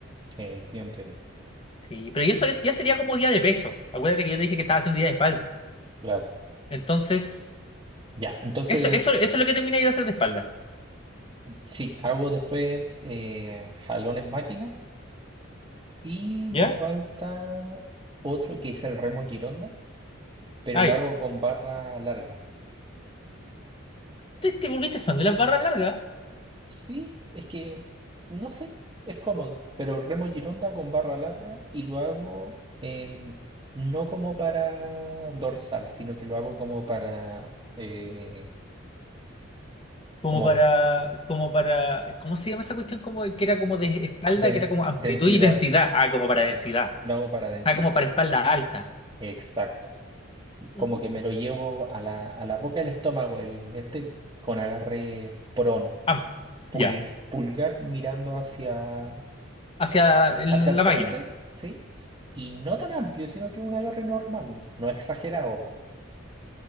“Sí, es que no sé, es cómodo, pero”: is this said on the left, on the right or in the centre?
Right